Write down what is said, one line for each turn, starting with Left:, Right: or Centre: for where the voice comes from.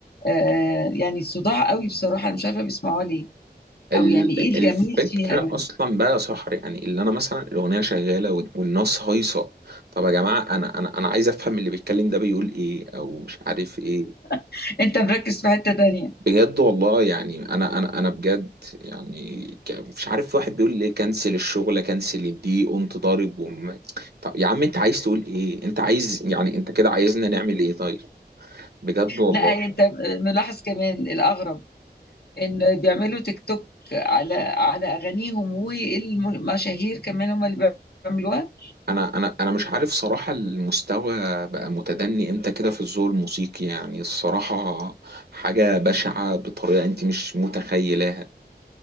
Left: آه، يعني صداع قوي بصراحه انا مش عارفه بيسمعوها ليه
Right: ال-
Left: او يعني ايه الجميل
Right: الفكره
Left: فيها يعني
Right: اصلا بقى يا صاحبي يعني اللي انا مثلا الاغنيه شغاله وال- والناس هايصه طب يا جماعه انا انا انا عايز افهم اللي بيتكلم ده بيقول ايه او مش عارف ايه.
Left: <laughs> انت مركز في حته تانية
Right: بجد والله يعني انا انا انا بجد يعني ك- مش عارف واحد بيقول ليه كنسل الشغل كنسل دي قمت ضارب وم... طب يا عم انت عايز تقول ايه انت عايز يعني انت كده عايزنا نعمل ايه طيب بجد والله
Left: لا انت ملاحظ كمان الاغرب ان بيعملوا تيك توك على على اغانيهم والمشاهير كمان هم اللي بيعملوها
Right: انا انا انا مش عارف صراحة المستوى بقى متدني امتى كده في الذوق الموسيقي يعني الصراحة حاجة بشعة بطريقة انت مش متخيلاها